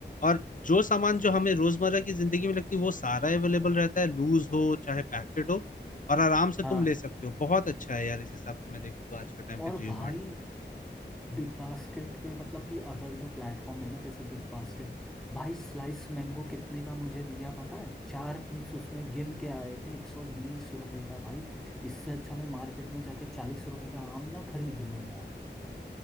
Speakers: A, on the left (about 45°); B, in the centre.
A: और जो सामान जो हमें रोजमर्रा की जिंदगी में लगती है वो सारा अवेलेबल रहता है लूज हो चाहे पैकेट हो और आराम से
B: हाँ
A: तुम ले सकते हो बहुत अच्छा है यार इस हिसाब से मैं देखूँ तो आज के टाइम
B: और
A: पे जियो
B: भाई
A: मार्ट
B: बिग बास्केट पे मतलब कि अदर जो प्लेटफॉर्म है ना जैसे बिग बास्केट भाई स्लाइस मैंगो कितने का मुझे दिया पता है चार पीस उसमें गिन के आए थे एक सौ बीस रुपए का भाई इससे अच्छा मैं मार्केट में जाके चालीस रुपए का आम ना खरीद लूं यार